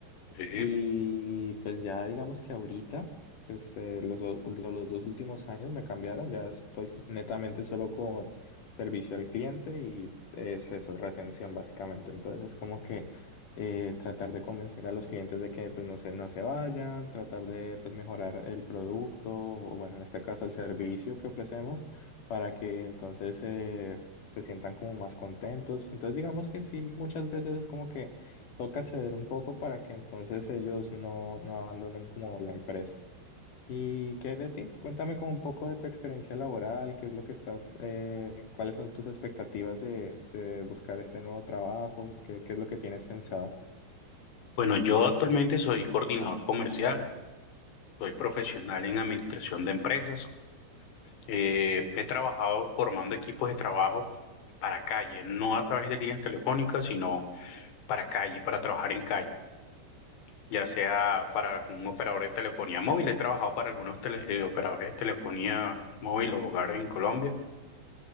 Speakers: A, on the left; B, on the left.
A: Sí.
B: Y pues ya digamos que ahorita, pues eh, los, do- lo- los dos últimos años me cambiaron, ya estoy netamente solo con servicio al cliente y es eso, retención básicamente. Entonces es como que eh, tratar de convencer a los clientes de que pues no se, no se vayan, tratar de pues mejorar el producto o bueno, en este caso el servicio que ofrecemos para que entonces eh, se sientan como más contentos. Entonces digamos que sí, muchas veces es como que toca ceder un poco para que entonces ellos no, no abandonen como la empresa. ¿Y qué hay de ti? Cuéntame como un poco de tu experiencia laboral, qué es lo que estás, eh, cuáles son tus expectativas de, de buscar este nuevo trabajo, qué, qué es lo que tienes pensado.
A: Bueno, yo actualmente soy coordinador comercial, soy profesional en administración de empresas. Eh, he trabajado formando equipos de trabajo para calle, no a través de líneas telefónicas, sino para calle, para trabajar en calle, ya sea para algún operador de telefonía móvil. He trabajado para algunos tele- eh, operadores de telefonía móvil o hogar en Colombia.